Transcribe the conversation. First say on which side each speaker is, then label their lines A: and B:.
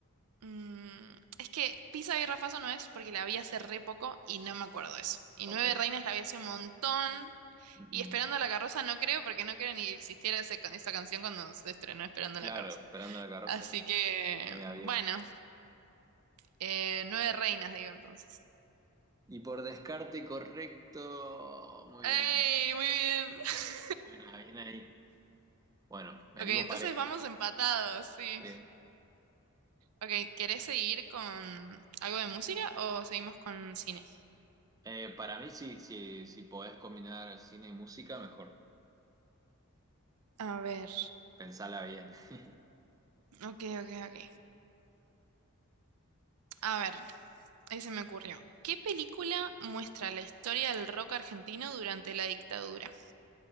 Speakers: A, on the right; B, on the right.
A: Mm, es que Pisa y Rafaso no es porque la vi hace re poco y no me acuerdo de eso. Y
B: Ok.
A: Nueve Reinas la vi hace un montón.
B: ujú.
A: Y Esperando la carroza no creo porque no creo ni que existiera ese ca- esa canción cuando se estrenó Esperando
B: Claro,
A: la carroza.
B: esperando a la carroza
A: Así que,
B: es media vieja.
A: bueno, eh, nueve reinas, digo entonces.
B: Y por descarte correcto, muy
A: ¡Ey!
B: bien.
A: Muy bien. <laughs>
B: Bueno, bien ahí. Bueno, venimos
A: Ok, entonces
B: parejo.
A: vamos empatados, sí.
B: Sí.
A: Ok, ¿querés seguir con algo de música o seguimos con cine?
B: Eh, para mí sí, sí, si podés combinar cine y música, mejor.
A: A ver,
B: Pensala bien. <laughs>
A: ok, ok, ok. A ver, ahí se me ocurrió. ¿Qué película muestra la historia del rock argentino durante la dictadura?